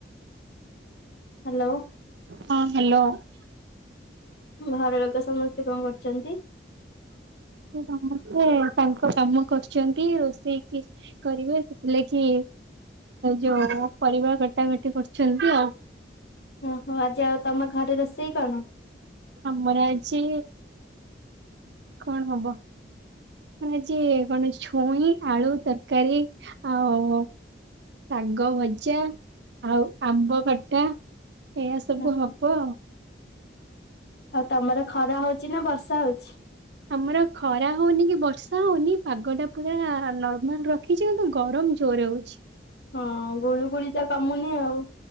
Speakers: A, on the left; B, on the right.
A: ହ୍ୟାଲୋ।
B: ହଁ ହ୍ୟାଲୋ।
A: ଘର ଲୋକ ସମସ୍ତେ କଣ କରୁଛନ୍ତି?
B: ସମସ୍ତେ ତାଙ୍କ କାମ କରୁଛନ୍ତି, ରୋଷେଇକି କରିବେ ସେଥିଲାଗି ଯୋଉ ପରିବା କଟା କଟି କରୁଛନ୍ତି ଆଉ।
A: ଓହୋ ଆଜି ଆଉ ତମ ଘରେ ରୋଷେଇ କଣ?
B: ଆମର ଆଜି କଣ ହବ। ଆଜି କଣ ଛୁଇଁ ଆଳୁ ତରକାରୀ ଆଉ ଶାଗ ଭଜା ଆଉ ଆମ୍ବ ଖଟା। ଏଇୟା ସବୁ
A: ଓହୋ
B: ହବ।
A: ଆଉ ତମର ଖରା ହଉଛି ନା ବର୍ଷା ହଉଛି?
B: ଆମର ଖରା ହଉନି କି ବର୍ଷା ହଉନି ପାଗ ଟା ପୁରା ନର୍ମାଲ ର ଖିଛି କିନ୍ତୁ ଗରମ ଜୋରେ ହଉଛି।
A: ହଁ ଗୁଳୁ ଗୁଳି ଟା କମୁନି ଆଉ।